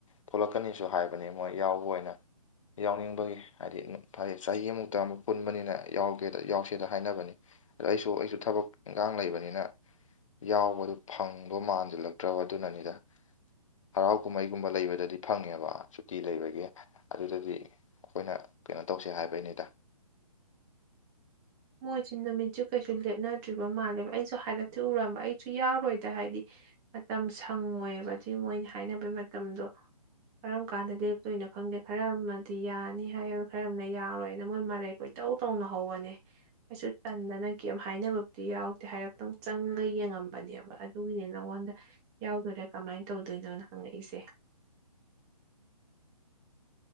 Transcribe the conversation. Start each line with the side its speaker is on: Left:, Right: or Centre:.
Left: ꯊꯣꯛꯂꯛꯀꯅꯤꯁꯨ ꯍꯥꯏꯕꯅꯦ ꯃꯣꯏ ꯌꯥꯎꯕ ꯑꯣꯏꯅ ꯌꯥꯎꯅꯤꯡꯕꯒꯤ ꯍꯥꯏꯗꯤ ꯐꯔꯦ ꯆꯍꯤꯃꯨꯛꯇ ꯑꯃꯨꯛ ꯄꯨꯟꯕꯅꯤꯅ ꯌꯥꯎꯒꯦꯗ ꯌꯥꯎꯁꯦꯗ ꯍꯥꯏꯅꯕꯅꯤ ꯑꯗ ꯑꯩꯁꯨ ꯑꯩꯁꯨ ꯊꯕꯛ ꯏꯪꯈꯥꯡ ꯂꯩꯕꯅꯤꯅ ꯌꯥꯎꯕꯗꯨ ꯐꯪꯗꯣ ꯃꯥꯟꯁꯤꯜꯂꯛꯇ꯭ꯔꯕ ꯑꯗꯨꯅꯅꯤꯗ ꯍꯔꯥꯎ ꯀꯨꯝꯍꯩꯒꯨꯝꯕ ꯂꯩꯕꯗꯗꯤ ꯐꯪꯉꯦꯕ ꯁꯨꯇꯤ ꯂꯩꯕꯒꯤ ꯑꯗꯨꯗꯗꯤ ꯑꯩꯈꯣꯏꯅ ꯀꯩꯅꯣ ꯇꯧꯁꯦ ꯍꯥꯏꯕꯩꯅꯤꯗ
Right: ꯃꯣꯏꯁꯦ ꯅꯨꯃꯤꯠꯁꯨ ꯀꯩꯁꯨ ꯂꯦꯞꯅꯗ꯭ꯔꯤꯕ ꯃꯥꯜꯂꯦꯕ ꯑꯩꯁꯨ ꯍꯥꯏꯗꯞꯁꯨ ꯎꯔꯝꯕ ꯑꯩꯁꯨ ꯌꯥꯎꯔꯣꯏꯗ ꯍꯥꯏꯗꯤ ꯃꯇꯝ ꯁꯪꯉꯣꯏꯕ ꯑꯗꯨꯒꯤ ꯃꯣꯏꯅ ꯍꯥꯏꯅꯕꯩ ꯃꯇꯝꯗꯣ ꯀꯔꯝ ꯀꯥꯟꯗ ꯂꯦꯞꯇꯣꯏꯅꯣ ꯈꯪꯗꯦ ꯈꯔ ꯑꯃꯗꯤ ꯌꯥꯅꯤ ꯍꯥꯏꯣ ꯈꯔꯝꯅ ꯌꯥꯔꯣꯏꯅ ꯃꯣꯏ ꯃꯔꯩ ꯀꯣꯏ ꯏꯇꯧ ꯇꯧꯅ ꯍꯧꯕꯅꯦ ꯀꯁꯨ ꯇꯟꯗꯅ ꯀ ꯍꯥꯏꯅꯕꯕꯨꯗꯤ ꯌꯥꯎꯗꯦ ꯍꯥꯏꯔꯠꯇꯪ ꯆꯪꯒ ꯌꯦꯡꯉꯝꯕꯅꯦꯕ ꯑꯗꯨꯒꯤꯅꯦ ꯅꯉꯣꯟꯗ ꯌꯥꯎꯗꯣꯏꯔꯥ ꯀꯃꯥꯏꯅ ꯇꯧꯗꯣꯏꯅꯣꯅ ꯍꯪꯉꯛꯏꯁꯦ
Left: <inaudible>